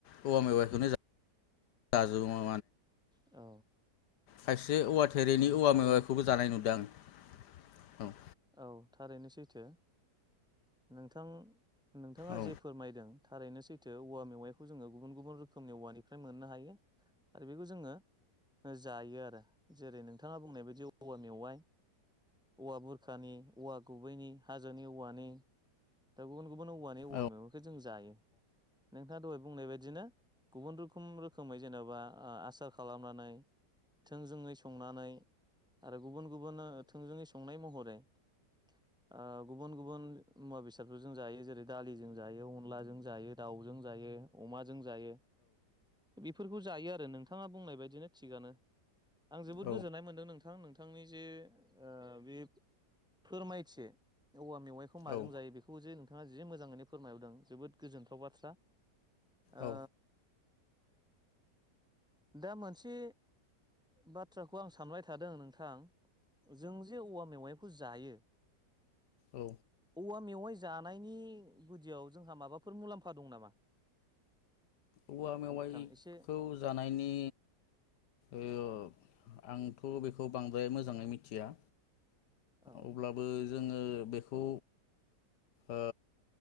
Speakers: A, on the left; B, in the centre.
A: औवा मेवाइखौनो जा जाजोबोमोन
B: औ।
A: खायसे बे औवा थेरेनि
B: औ
A: औवा
B: थारैनो
A: मेवाइखौबो जानाय नुदों आं। औ।
B: औ थारैनो सैथो। नोंथां नोंथाङा
A: औ
B: जि फोरमायदों थारैनो सैथो औवा मेवाइखौ जोङो गुबुन गुबुन रोखोमनि औवानिफ्राय मोननो हायो। आरो बे जोङो जायो आरो जेरै नोंथाङा बुंनाय बायदि औवा मेवाइ औवा बुर खानि औवा गुबैनि हाजोनि औवानि दा गुबुन गुबुन औवानि औवा
A: औ
B: मेवाइखौ जों जायो। नोंथाङा दहाय बुंनाय बायदिनो गुबुन रोखोम रोखोमै जेनेबा आसार खालामनानै थोंजोङै संनानै आरो गुबुन गुबुन थोंजोङै संनाय महर ओ गुबुन गुबुन मुवा बेसाद खौ जों जायो जेरै दालिजों जायो अनलाजों जायो दावजों जायो अमा जों जायो बेफोरखौ जायो आरो नोंथाङा बुंनाय बदिनो थिगानो आं जबोर
A: औ
B: गोजोन्नाय मोनदों नोंथां नोंथांनि जे ओ बे फोरमायथि औवा‌ मेवाय खौ माजों
A: औ
B: जायो बेखो जे नोंथाङा जि मोजाङैनो फोरमायबोदों जोबोद गोजोन्थाव बाथ्रा ओ
A: औ
B: दा मोनसे बाथ्राखौ आं सानबाय थादों। नोंथां जों जे औवा मेवाय खौ जायो।
A: औ
B: औवा मेवाय जानायनि गुदियाव जोंहा माबाफोर मुलाम्फा दं नामा?
A: औवा मेवाइखौ
B: नोंथां एसे
A: जानायनि ओ आंथ बेखौ बांद्राय मोजाङै मिथिया
B: औ
A: अब्लाबो जोङो बेखौ ओ